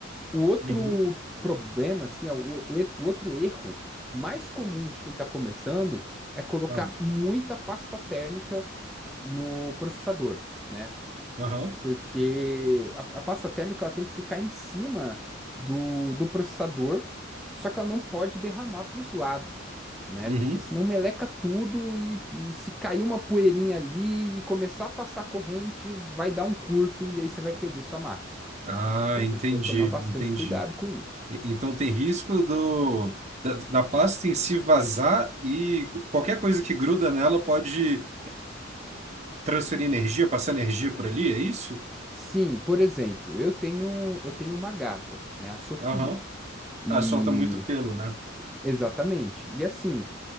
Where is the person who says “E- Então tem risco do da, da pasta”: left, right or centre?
Right